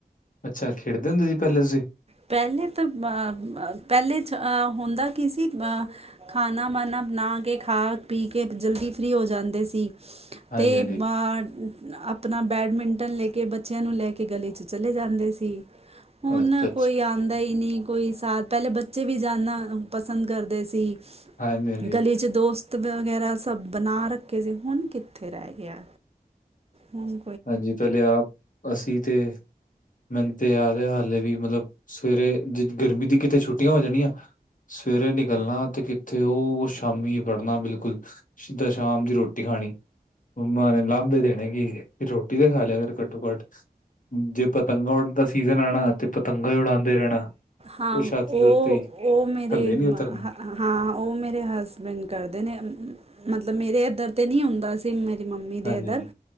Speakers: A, on the left (about 55°); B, on the right (about 40°).
A: ਅੱਛਾ, ਖੇਡਦੇ ਹੁੰਦੇ ਸੀ ਪਹਿਲੇ ਤੁਸੀ?
B: ਪਹਿਲੇ ਤਾਂ, ਅ, ਪਹਿਲੇ'ਚ ਅਹ ਹੁੰਦਾ ਕੀ ਸੀ ਅਹ ਖਾਨਾ-ਮਾਨਾ ਬਣਾਕੇ, ਖਾ-ਪੀਕੇ ਜਲਦੀ ਫ੍ਰੀ ਹੋ ਜਾਂਦੇ ਸੀ।
A: ਹਾਂਜੀ
B: ਤੇ
A: ਹਾਂਜੀ
B: ਬਾ ਅਪਨਾ ਬੈਡਮੀੰਟਨ ਲੇਕੇ, ਬੱਚਿਆਂ ਨੂੰ ਲੈਕੇ, ਗਲੇ'ਚ ਚਲੇ ਜਾਂਦੇ ਸੀ, ਹੁਨ
A: ਅੱਛਾ ਅੱਛਾ
B: ਆਂਦਾ ਹੀ ਨਹੀਂ, ਕੋਈ ਸਾਥ ਪਹਿਲੇ ਬੱਚੇ ਵੀ ਜਾਣਨਾ ਪਸੰਦ ਕਰਦੇ ਸੀ।
A: ਹਾਂਜੀ ਹਾਂਜੀ
B: ਗਲੀ'ਚ ਦੋਸਤ ਵਗੈਰਾ ਸਭ ਬਣਾ ਰੱਖੇ ਸੀ, ਹੁਣ ਕਿੱਥੇ ਰਹਿ ਗਿਆ। ਹੂੰ
A: ਹਾਂਜੀ, ਪਹਿਲੇ ਆਪ, ਅਸੀ ਤੇ ਮੈਨੂੰ ਤੇ ਯਾਦ ਹੈ ਹਾਲੇ ਵੀ ਮਤਲਬ ਸਵੇਰੇ, ਜ ਗਰਮੀ ਦੀ ਕਿਤੇ ਛੁੱਟੀਆਂ ਹੋ ਜਾਣੀਆਂ ਸਵੇਰੇ ਨਿਕਲਣਾ, ਤੇ ਕਿੱਥੇ ਉਹ ਸ਼ਾਮੀ ਵੜਨਾ ਬਿਲਕੁਲ। ਸਿੱਧਾ ਸ਼ਾਮ ਦੀ ਰੋਟੀ ਖਾਣੀ, ਮੰਮਾ ਨੇ ਲਾਂਭੇ ਦੇਣੇ, ਕੀ ਖਾ ਲਿਆ ਕਰ, ਘੱਟੋ-ਘੱਟ। ਜੇ ਪਤੰਗਾਂ ਉਡ ਦਾ ਸੀਜਨ ਆਣਾ, ਤੇ ਪਤੰਗਾਂ ਹੀ ਉਡਾਓਂਦੇ ਰਹਿਣਾ।
B: ਹਾਂ,
A: ਉਹ ਛੱਤ
B: ਉਹ,
A: ਦੇ ਉੱਤੇ ਹੀ
B: ਉਹ, ਮੇਰੇ
A: ਥੱਲੇ ਨੀ ਉਤਰਨਾ
B: ਹਾਂ, ਉਹ ਮੇਰੇ ਹਸਬੈਂਡ ਕਰਦੇ ਨੇ, ਮਤਲਬ ਮੇਰੇ ਇੱਧਰ ਤੇ ਨਹੀਂ ਹੁੰਂਦਾ ਤੇ ਮੇਰੀ ਮੰਮੀ ਦੇ
A: ਹਾਂਜੀ
B: ਇੱਧਰ,
A: ਹਾਂਜੀ